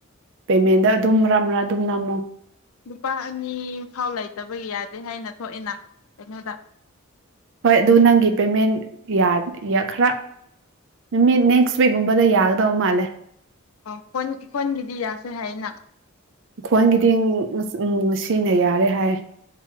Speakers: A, on the right; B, on the left.
A: ꯄꯦꯃꯦꯟꯗ ꯑꯗꯨꯝ ꯃꯔꯛ ꯃꯔꯛ ꯑꯗꯨꯝ ꯅꯝꯃꯣ
B: ꯂꯨꯄꯥ ꯑꯅꯤ ꯐꯥꯎ ꯂꯩꯇꯕ ꯌꯥꯗꯦ ꯍꯥꯏꯅ ꯊꯣꯛꯑꯦꯅ ꯀꯩꯅꯣꯗ
A: ꯍꯣꯏ ꯑꯗꯨ ꯅꯪꯒꯤ ꯄꯦꯃꯦꯟ ꯌꯥ ꯌꯥ ꯈꯔ ꯅꯨꯃꯤꯠ ꯅꯦꯛꯁ ꯋꯤꯛꯀꯨꯝꯕꯗ ꯌꯥꯒꯗꯕ ꯃꯥꯜꯂꯦ
B: ꯑ ꯍꫭꯟ ꯍꯣꯟꯒꯤꯗꯤ ꯌꯥꯈ꯭ꯔꯦ ꯍꯥꯌꯦꯅꯥ
A: ꯈ꯭ꯋꯪꯒꯤꯗꯤꯡ ꯎꯝ ꯉ ꯉꯁꯤꯅ ꯌꯥꯔꯦ ꯍꯥꯏ